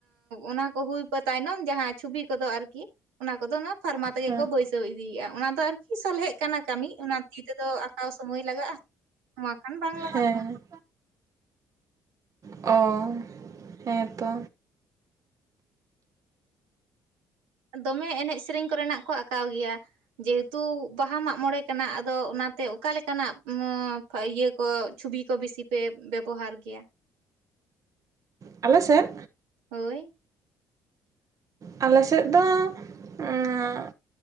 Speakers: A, on the right (about 80°); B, on the right (about 45°).
A: ᱚᱱᱟ ᱠᱚ ᱦᱩᱭ ᱯᱚ ᱛᱟᱭᱱᱚᱢ ᱡᱟᱦᱟᱸ ᱪᱷᱩᱵᱤ ᱠᱚᱫᱚ ᱟᱨᱠᱤ ᱚᱱᱟ ᱠᱚᱫᱚ ᱚᱱᱟ ᱯᱷᱟᱨᱢᱟ ᱛᱮᱜᱮ
B: ᱦᱮᱸ
A: ᱠᱚ ᱵᱟᱹᱭᱥᱟᱹᱣ ᱤᱫᱤᱭᱮᱫᱼᱟ ᱚᱱᱟ ᱫᱚ ᱟᱨ ᱠᱤ ᱥᱚᱞᱦᱮᱜ ᱠᱟᱱᱟ ᱠᱟᱹᱢᱤ ᱚᱱᱟ ᱛᱤ ᱛᱮᱫᱚ ᱟᱸᱠᱟᱣ ᱥᱚᱢᱚᱭ ᱞᱟᱜᱟᱜᱼᱟ ᱱᱚᱣᱟ ᱠᱷᱟᱱ ᱵᱟᱝ ᱞᱟᱜᱟᱜ
B: ᱦᱮᱸ
A: ᱠᱟᱱᱟ
B: ᱚ ᱦᱮᱸ ᱛᱚ
A: ᱫᱚᱢᱮ ᱮᱱᱮᱡ ᱥᱮᱨᱮᱧ ᱠᱚᱨᱮᱱᱟᱜ ᱠᱚ ᱟᱸ ᱟᱸᱠᱟᱣ ᱜᱮᱭᱟ ᱡᱮᱦᱮᱛᱩ ᱵᱟᱦᱟ ᱢᱟᱜᱢᱚᱬᱮ ᱠᱟᱱᱟ ᱟᱫᱚ ᱚᱱᱟᱛᱮ ᱚᱠᱟ ᱞᱮᱠᱟᱱᱟᱜ ᱠᱷᱟᱡ ᱤᱭᱟᱹ ᱠᱚ ᱪᱷᱩᱵᱤ ᱠᱚ ᱵᱮᱥᱤ ᱯᱮ ᱵᱮᱵᱚᱦᱟᱨ ᱜᱮᱭᱟ
B: ᱟᱞᱮ ᱥᱮᱫ
A: ᱦᱳᱭ
B: ᱟᱞᱮᱥᱮᱫ ᱫᱚ ᱚᱸ